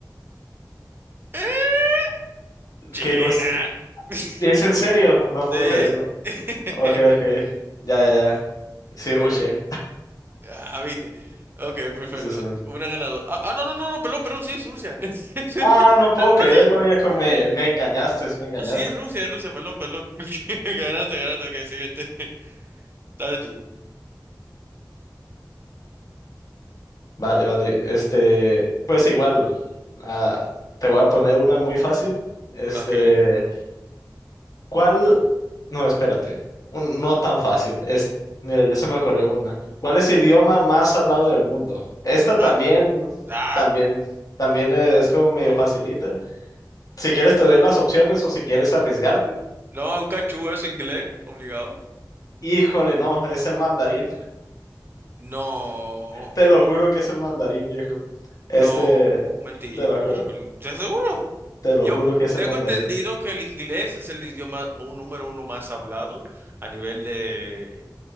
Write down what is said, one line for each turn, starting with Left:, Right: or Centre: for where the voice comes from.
Right: ¡Eh! China.
Left: Que no es...
Right: <laughs>
Left: ¿Es en serio? No puedo
Right: Eh,
Left: creerlo.
Right: <laughs>
Left: Ok, ok. Ya, ya, ya. Sí, rushé.
Right: Vale. Ah, viste. Ok, perfecto.
Left: Sí, sí.
Right: Una ganadora. Ah, ah, no, no, no, no, perdón, perdón, sí, es Rusia. <laughs>
Left: Ah, no puedo creerlo,
Right: No
Left: viejo. Me, me engañaste, me engañaste.
Right: sé. Sí, es Rusia, es Rusia, perdón, perdón. <laughs> Ganaste, ganaste, ok, siguiente. <laughs> Dale tú.
Left: Vale, vale. Este, pues igual, ah, te voy a poner una muy fácil. Este,
Right: Ok.
Left: ¿cuál? No, espérate. Un- no tan fácil. Es, mira, ya se me ocurrió una. ¿Cuál es el idioma más hablado del mundo? Esta también,
Right: Ah, ah.
Left: también, también es como medio facilita. Si quieres te doy las opciones o si quieres arriesgarte.
Right: No, un cachú es inglés, obligado.
Left: Híjole, no, es el mandarín.
Right: No,
Left: Te lo juro que es el mandarín, viejo. Este,
Right: no, mentira.
Left: te lo juro,
Right: ¿Cómo que? no? ¿Estás seguro?
Left: te lo
Right: Yo
Left: juro que es el
Right: tengo
Left: mandarín.
Right: entendido que el inglés es el idioma mu- número uno más hablado a nivel de,